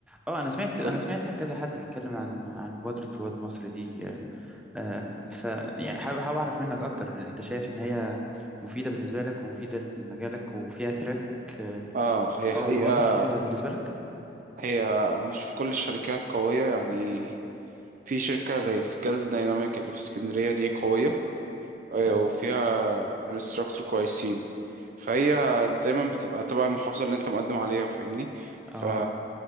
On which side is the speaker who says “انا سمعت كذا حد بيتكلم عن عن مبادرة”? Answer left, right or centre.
Centre